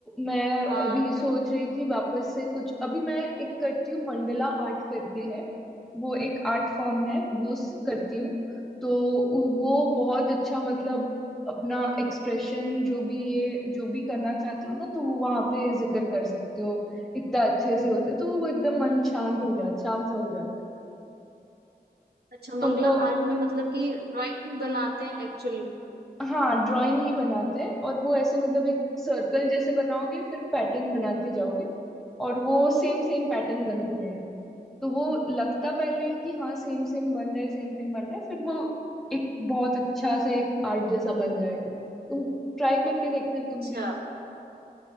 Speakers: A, in the centre; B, on the right.
A: मैं
B: हाँ
A: अभी सोच रही थी वापस से कुछ अभी मैं एक करती हूँ मंडला आर्ट करके है वो एक आर्ट फॉर्म है वो स- करती हूँ तो उ- वो बहुत अच्छा मतलब अपना एक्सप्रेशन जो भी ये जो भी करना चाहते हो ना तो वो वहां पे जिक्र कर सकते हो इतना अच्छे से होता है तो वो एकदम मन शांत हो जाता शांत सा हो जाता है
B: अच्छा मंगला
A: तुमको
B: आर्ट में मतलब कि ड्राइंग बनाते हैं एक्चुअली
A: हाँ ड्राइंग ही बनाते हैं और वो ऐसे मतलब एक सर्कल जैसे बनाओगे फिर पैटर्न बनाते जाओगे और वो सेम सेम पैटर्न बनते जाएगा तो वो लगता पहले है कि हाँ सेम सेम बन रहा है सेम सेम बन रहा है फिर वो एक बहुत अच्छा सा एक आर्ट जैसा बन जाएगा तुम ट्राई करके देखना तुम
B: अच्छा
A: भी